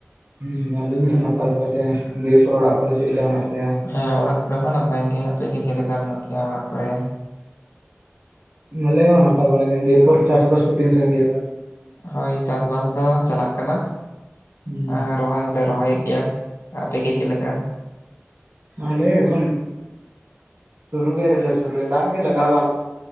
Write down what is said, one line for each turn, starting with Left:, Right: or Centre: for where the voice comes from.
Right: ᱦᱮᱸ ᱟᱹᱞᱤᱧ ᱦᱚᱸ ᱱᱟᱯᱟᱭ ᱵᱟᱲᱟ ᱜᱮ, ᱫᱤᱭᱮ ᱯᱚᱨ ᱚᱲᱟᱜ ᱠᱚᱨᱮ ᱪᱮᱫ ᱞᱮᱠᱟ ᱢᱮᱱᱟᱜ ᱯᱮᱭᱟ?
Left: ᱦᱮᱸ ᱚᱲᱟᱜ ᱠᱚᱨᱮ ᱦᱚᱸ ᱱᱟᱯᱟᱭ ᱜᱮ ᱟᱯᱮ ᱜᱮ ᱪᱮᱫ ᱞᱮᱠᱟ ᱢᱮᱱᱟᱜ ᱯᱮᱭᱟ ᱚᱲᱟᱜ ᱠᱚᱨᱮ
Right: ᱟᱞᱮ ᱦᱚᱸ ᱱᱟᱯᱟᱭ ᱵᱟᱲᱟ ᱜᱮ, ᱫᱤᱭᱮ ᱯᱚᱨ ᱪᱟᱥ ᱵᱟᱥ ᱠᱚ ᱛᱤᱱ ᱥᱟᱸᱜᱤᱧ ᱠᱮᱫᱟ ᱯᱮ
Left: ᱦᱳᱭ ᱪᱟᱥᱵᱟᱥ ᱫᱚ ᱪᱟᱞᱟᱜ ᱠᱟᱱᱟ
Right: ᱦᱩᱸ
Left: ᱟᱨ ᱨᱚᱦᱚᱭ ᱦᱚᱞᱮ ᱨᱚᱦᱚᱭᱮᱜ ᱜᱮᱭᱟ ᱟᱯᱮ ᱜᱮ ᱪᱮ ᱞᱮᱠᱟ
Right: ᱟᱞᱮ ᱮᱠᱷᱚᱱ ᱥᱩᱨᱩ ᱜᱮ ᱟᱣᱨᱤ ᱞᱮ ᱥᱩᱨᱩᱭᱟ ᱫᱟᱜ ᱜᱮ ᱞᱟᱜᱟᱣ ᱵᱟᱝ